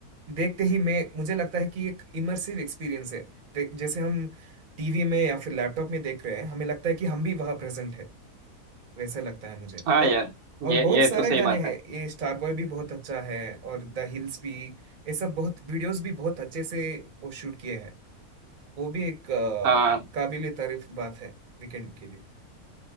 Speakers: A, on the right; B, on the right.
A: देखते ही मैं मुझे लगता है कि एक इमर्सिव एक्सपीरियंस है देख- जैसे हम टीवी में या फिर लैपटॉप में देख रहे हैं हमें लगता है कि हम भी वहां प्रेजेंट है वैसा लगता है मुझे
B: हाँ
A: और
B: यार
A: और
B: ये
A: बहुत
B: ये
A: सारे
B: तो सही
A: गाने
B: बात
A: हैं
B: है
A: ये स्टार बॉय भी बहुत अच्छा है और द हिल्स भी ये सब बहुत वीडियोस भी बहुत अच्छे से वो शूट किए हैं वो भी एक
B: हाँ
A: काबिले तारीफ बात है वीकेंड के लिए